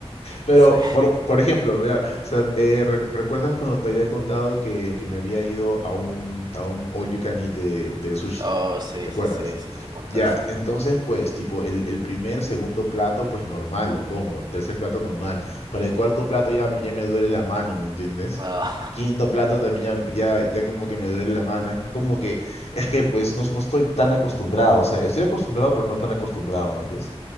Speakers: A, on the left; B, on the right.
A: Pero,
B: Sí.
A: por, por ejemplo, mira, o sea, eh, re- ¿recuerdas cuando te había contado que, que me había ido a un, a un all you can eat de, de sushi?
B: Oh, sí,
A: ¿Te acuerdas?
B: sí, sí, sí me contaste.
A: Ya, entonces pues tipo el, el primer, segundo plato pues normal, lo como, tercer plato normal, para el cuarto plato ya, ya me duele la mano, ¿me entiendes?
B: Ah,
A: Quinto plato también ya, ya, ya como que me duele la mano, es como que, es que pues no, no estoy tan acostumbrado, o sea, estoy acostumbrado
B: <laughs> mm.
A: pero no tan acostumbrado, man, ¿yes?